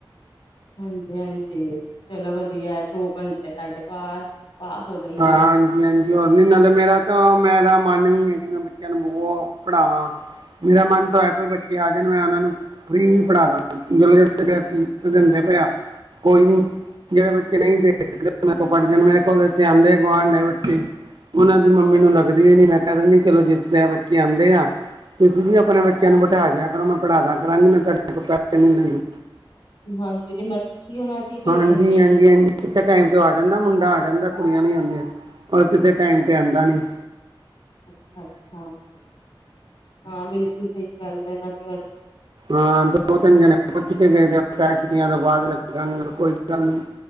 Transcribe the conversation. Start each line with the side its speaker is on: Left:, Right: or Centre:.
Left: ਹਾਂਜੀ ਹਾਂਜੀ ਚਲੋ ਵਧੀਆ ਹੈ ਦੋ ਘੰਟੇ ਤੁਹਾਡੇ ਪਾਸ ਪਾਸ ਹੋ ਜਾਂਦੇ
Right: ਹਾਂ
Left: ਨੇ
Right: ਹਾਂਜੀ ਹਾਂਜੀ ਹੋਰ ਨੀ ਨਾਲ ਮੇਰਾ ਤਾਂ ਮੈਂਰਾ ਮਨ ਵੀ ਹੈ ਕਿ ਮੈਂ ਬੱਚਿਆਂ ਨੂੰ ਬ ਪੜਾਵਾਂ ਮੇਰਾ ਮਨ ਤਾਂ ਹੈ ਕੋਈ ਬੱਚੇ ਆ ਜਾਣ ਮੈਂ ਉਹਨਾਂ ਨੂੰ ਫੀ ਵੀ ਪੜ੍ਹਾ ਦ ਜਦੋਂੀਸ ਦਿੰਦੇ ਪਏ ਆ ਕੋਈ ਨੀ ਜਿਹੜੇ ਬੱਚੇ ਨਹੀਂ ਦੇ ਸਕਦੇ ਮੇਰੇ ਪੜ੍ਹ ਜਾਣ ਮੇਰੇ ਕੋਲ ਆਉਂਦੇ ਆ ਆਂਡ ਗੁਆਂਡ ਦੇ ਬੱਚੇ ਉਹਨਾਂ ਦੀ ਮੰਮੀ ਨੂੰ ਲਗਦੀ ਹੈ ਨੀ ਮੈਂ ਕਹਿ ਦਿੰਦੀ ਚਲੋ ਜਿਸ ਤਰ੍ਹਾਂ ਬੱਚੇ ਆਉਂਦੇ ਆ ਤੁਸੀਂ ਵੀ ਆਪਣੇ ਬੱਚਿਆਂ ਨੂੰ ਬਿਠਾ ਕੇ ਕਰੋ ਮੈਂ ਪੜ੍ਹਾ ਦ ਕਰਾਂਗੀ ਮੈਂ ਤੁਹਾਡੇ ਕੋਲ ਪੈਸੇ ਨੀ ਲੈਂਦੀ
Left: ਹਾਂਜੀ ਦੀ ਮਰਜ਼ੀ ਉਹਨਾਂ ਦੀ ਪਈ
Right: ਹਾਂਜੀ
Left: ਇਨੇ
Right: ਹਾਂਜੀ ਹਾਂਜੀ ਕਿਸੇ ਟਾਈਮ ਤੇ ਆ ਜਾਂਦਾ ਮੁੰਡਾ ਆ ਜਾਂਦਾ ਕੁੜੀਆਂ ਨੀ ਆਉਂਦੀਆਂ ਰ ਕਿਸੇ ਟਾਈਮ ਤੇ ਆਉਂਦਾ ਨੀ
Left: ਅੱਛਾ- ਅੱਛਾ ਹਾਂ ਬਿਲਕੁਲ ਸਹੀ ਗੱਲ ਏ ਮੈਂ ਕਿਹਾ
Right: ਹਾਂ ਦੋ ਤਿੰਨ ਜਣੇ ਪੁੱਛ ਕੇ ਗਏ ਛੁੱਟੀਆਂ ਤੋਂ ਬਾਅਦ ਲੱਗਾਂਗੇ ਕੋਈ ਗੱਲ ਨ